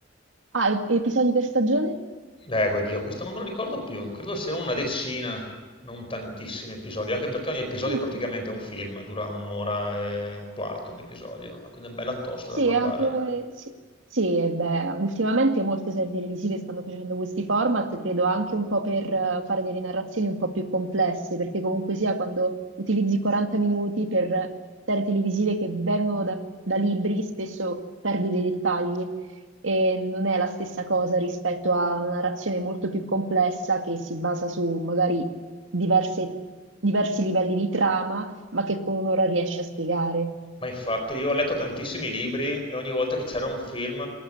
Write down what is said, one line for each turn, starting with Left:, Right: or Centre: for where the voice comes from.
Right: Ah, ep- episodi per stagione?
Left: Eh, oddio, questo non me lo ricordo più. Credo siano una decina, non tantissimi episodi, anche perché ogni episodio
Right: Mm,
Left: è praticamente un film, dura un'ora e un quarto un episodio, quindi è bella tosta
Right: Sì,
Left: da guardare.
Right: anche, sì, sì, e beh, ultimamente molte serie televisive stanno facendo questi format, credo anche un po' per eh, fare delle narrazioni un po' più complesse, perché comunque sia quando utilizzi 40 minuti per serie televisive che vengono da, da libri, spesso perdi dei dettagli e non è la stessa cosa rispetto a una narrazione molto più complessa che si basa su magari diverse- diversi livelli di trama, ma che con un'ora riesci a spiegare.
Left: Ma infatti io ho letto tantissimi libri e ogni volta che c'era un film